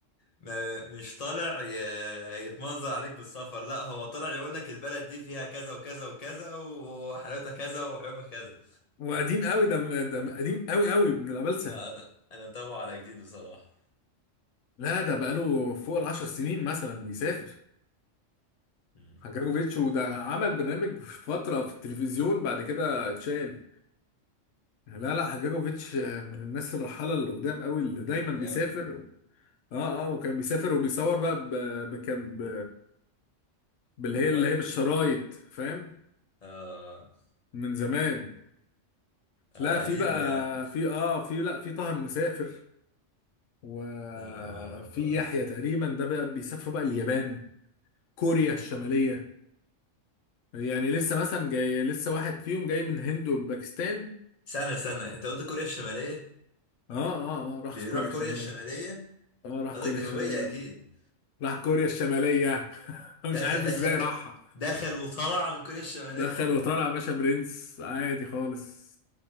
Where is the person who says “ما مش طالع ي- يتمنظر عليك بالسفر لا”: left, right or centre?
Left